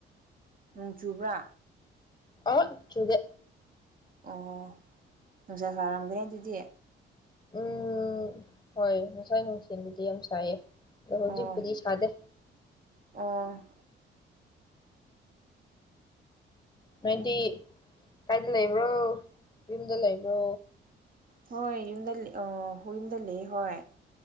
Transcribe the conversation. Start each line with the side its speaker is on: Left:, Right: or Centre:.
Right: ꯅꯣꯡ ꯆꯨꯕ꯭ꯔꯥ
Left: ꯑꯍꯥ ꯆꯨꯗꯦ
Right: ꯑꯣ ꯅꯨꯡꯁꯥ ꯁꯥꯔꯝꯒꯅꯤ ꯑꯗꯨꯗꯤ
Left: ꯎꯝ ꯍꯣꯏ ꯉꯁꯥꯏ ꯅꯨꯡꯊꯤꯜꯕꯨꯗꯤ ꯌꯥꯝ ꯁꯥꯏꯌꯦ ꯑꯗꯣ ꯍꯧꯖꯤꯛꯄꯨꯗꯤ
Right: ꯑꯣ
Left: ꯁꯥꯗꯦ
Right: ꯑꯣ
Left: ꯅꯣꯏꯗꯤ
Right: ꯎꯝ
Left: ꯀꯥꯏꯗ ꯂꯩꯕ꯭ꯔꯣ ꯌꯨꯝꯗ ꯂꯩꯕ꯭ꯔꯣ
Right: ꯍꯣꯏ ꯌꯨꯝꯗ ꯂꯩ ꯑꯣ ꯌꯨꯝꯗ ꯂꯩꯌꯦ ꯍꯣꯏ